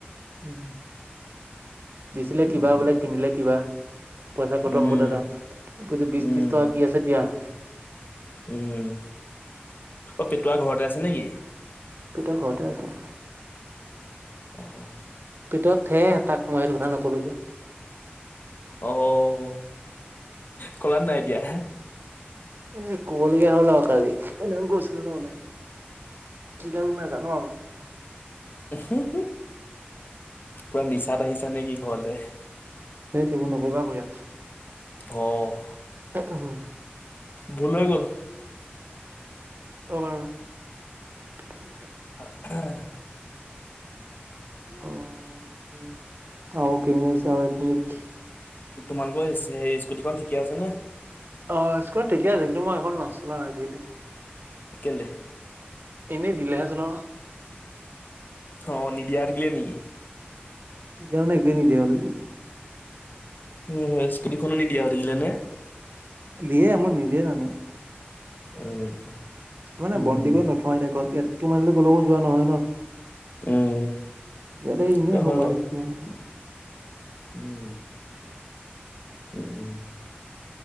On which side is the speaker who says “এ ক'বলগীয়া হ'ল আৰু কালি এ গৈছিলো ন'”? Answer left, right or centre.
Right